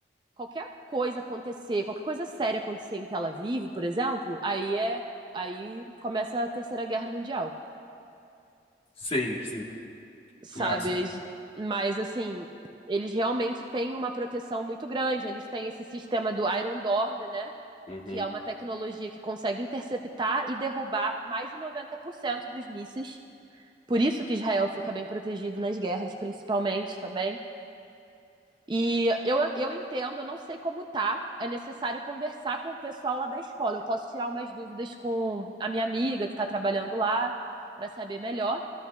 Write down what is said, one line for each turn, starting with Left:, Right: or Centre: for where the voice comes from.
Right: qualquer coisa acontecer, qualquer coisa séria acontecer em Tel Aviv, por exemplo, aí é aí começa a Terceira Guerra Mundial.
Left: Sim, sim.
Right: sabe?
Left: Começa.
Right: Mas assim, eles realmente têm uma proteção muito grande. Eles têm esse sistema do Iron Dome né?
Left: Uhum.
Right: Que é uma tecnologia que consegue interceptar e derrubar mais de 90% dos mísseis. Por isso que Israel fica bem protegido nas guerras, principalmente também. E eu, eu entendo, eu não sei como tá. É necessário conversar com o pessoal lá da escola. Eu posso tirar umas dúvidas com a minha amiga que está trabalhando lá para saber melhor.